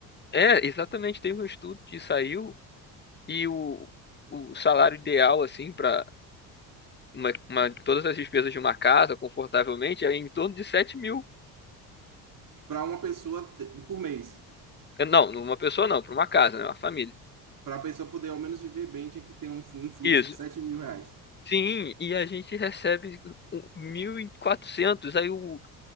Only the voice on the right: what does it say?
Para uma pessoa te- por mês,
para a pessoa poder ao menos viver bem, tinha que ter um, fu- um fluxo
de sete mil reais.